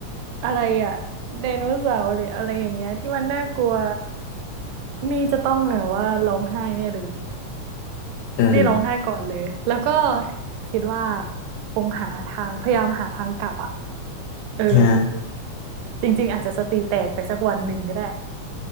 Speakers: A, on the right (about 85°); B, on the left (about 80°).
A: อะไรอะไดโนเสาร์หรืออะไรอย่างเงี้ยที่มันน่ากลัวนี่จะต้องแบบว่าร้องไห้แน่เลย
B: อืม
A: นี่ร้องไห้ก่อนเลย แล้วก็คิดว่าคงหาทางพยายามหาทางกลับอ่ะเออ
B: ฮะ
A: จริงๆอาจจะสติแตกไปสักวันหนึ่งก็ได้